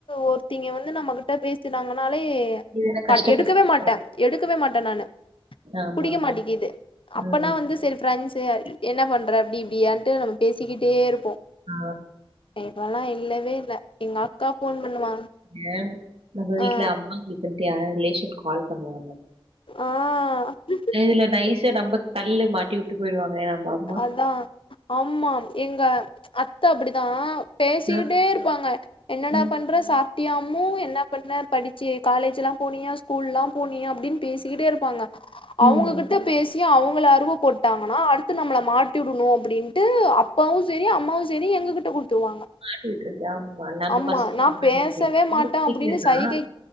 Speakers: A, on the left (about 65°); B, on the right (about 85°).
A: ஒருத்திங்க வந்து நம்ம கிட்ட பேசினாங்கனாலே
B: இது என்ன கஷ்டப்படுத்த
A: பட் எடுக்கவே மாட்டா
B: போறாங்க
A: எடுக்கவே மாட்ட நானு
B: ஆமாமா
A: புடிக்க மாட்டேகி து அப்பனா
B: ம்
A: வந் செரி பிரெண்ட்ஸ் என்ன பண்ற அப்டி இப்படியான்ட்டு நம்ம பேசிக்கிட்டே இருப்போ
B: ஆ
A: இப்பலா இல்லவே இல்ல எங்கக்கா போன் பண்ணுவா
B: ஏ நம்ம வீட்ல
A: ஆ
B: அம்மாங்களப் பத்தி யா ரிலேஷன் கால் பண்ணுவாங்க
A: ஆ
B: இதுல நைசா நம்ம தல்ல மாட்டி உட்டு போயிடுவாங்க ஏ யாம்பாப்
A: அதா ஆமா எங்க அத்த அப்படிதா பேசிக்கிட்டே
B: ஆ
A: இருப்பாங்க என்னடா
B: ம்
A: பண்ற சாப் டி அம்மு என்ன பண்ண படிச்சியே காலேஜ்லா போனியா ஸ்கூல்லா போனியா அப்படின்னு பேசிக்கிட்டே இருப்பாங்க அவங்ககிட்ட
B: ம்
A: பேசியே அவங்கள அருவ போட்டாங்கன்னா அடுத் நம்மள மாட்டி உடணு அப்படின்ட்டு அப்பாவு செரி அம்மாவு செரி எங்ககிட்ட குடுத்துருவாங்க
B: மாட்டி விட்டு இருக்கு ஆமா நம்ம
A: ஆமா
B: பசங்கிட்ட
A: நா
B: மாட்டிட்டு
A: பேசவே
B: உங்களுக்கு
A: மாட்டே
B: தெரியாதா
A: அப்டின்னு சைகை